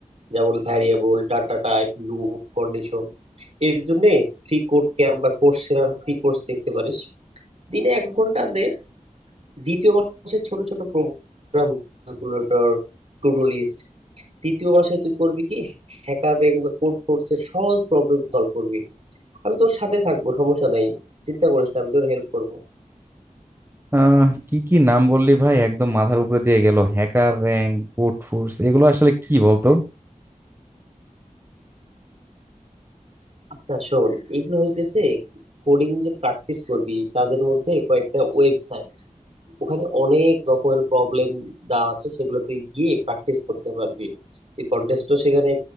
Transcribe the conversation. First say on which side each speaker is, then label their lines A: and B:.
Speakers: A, on the right; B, on the right.
A: যেমন variable data type loop condition এর জন্য ফ্রি কোড ক্যাম্প বা কোর্সেরা ফ্রি কোর্স দেখতে পারিস দিনে এক ঘন্টা দে দ্বিতীয় মাসে ছোট ছোট program calculator to do list দ্বিতীয় মাসে তুই করবি কি হ্যাকারিং বা কোড ফোর্সের সহজ প্রবলেম সলভ করবি আমি তোর সাথে থাকবো সমস্যা নাই চিন্তা করিস না আমি তোর হেল্প করব
B: আহ কি কি নাম বললি ভাই একদম মাথার উপরে দিয়ে গেল হ্যাকার র্যাঙ্ক কোড ফোর্স এগুলো আসলে কি বলতো
A: আচ্ছা শোন এগুলো হইতেছে কোডিং যে প্র্যাকটিস করবি তাদের মধ্যে কয়েকটা ওয়েবসাইট ওখানে অনেক রকমের প্রবলেম দেওয়া আছে সেগুলো তুই গিয়ে প্র্যাকটিস করতে পারবি তুই কন্টেস্টও সেখানে